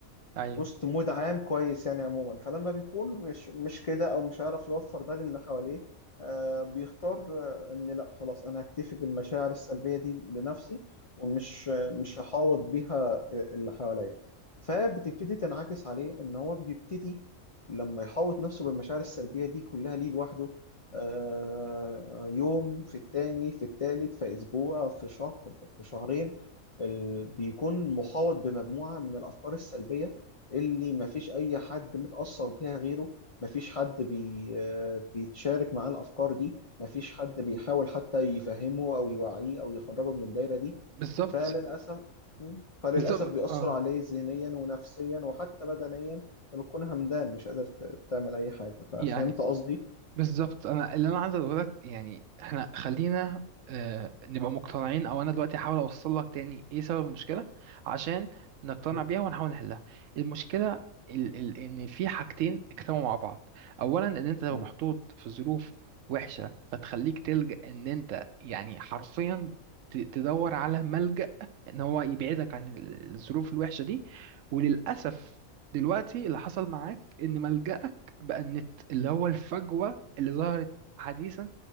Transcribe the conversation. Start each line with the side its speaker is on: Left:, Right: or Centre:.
Right: ايوه
Left: وسط مود عام كويس يعني عموما فلما بيكون مش مش كده او مش عارف يوفر ده للي حواليه آه بيختار آه ان لا خلاص انا هكتفي بالمشاعر السلبيه دي لنفسي ومش آه مش هحاوط بيها اللي حواليا فبتبتدي تنعكس عليه ان هو بيبتدي لما يحاوط نفسه بالمشاعر السلبيه دي كلها ليه لوحده آه يوم في التاني في التالت في اسبوع في شهر في شهرين ال- بيكون محاوط بمجموعه من الافكار السلبيه اللي مفيش أي حد متأثر بيها غيره مفيش حد بي آه، بيتشارك معاه الأفكار دي مفيش حد بيحاول حتى يفهمه أو يوعيه أو يخرجه من الدايرة دي
Right: بالظبط
Left: فللأسف مم. فللأسف
Right: بالظبط
Left: بيأثر
Right: اه
Left: عليه ذهنيا ونفسيا وحتى بدنيا انت بتكون همدان مش قادر ت- تعمل أي حاجة ففهمت
Right: يعني
Left: قصدي؟
Right: بالظبط انا اللي انا عايز اقول لك يعني احنا خلينا آه نبقى مقتنعين او انا دلوقتي هحاول اوصل لك تاني ايه سبب المشكله عشان نقتنع
Left: مم.
Right: بيها ونحاول نحلها المشكله ال ال ان في حاجتين اجتمعوا مع بعض اولا ان انت لو
Left: مم.
Right: محطوط في ظروف وحشه فتخليك تلجأ ان انت يعني حرفيا ت- تدور على ملجأ ان هو يبعدك عن ال- الظروف الوحشه دي وللاسف دلوقتي اللي حصل معاك ان ملجأك بقى النت اللي هو الفجوة اللي ظهرت حديثا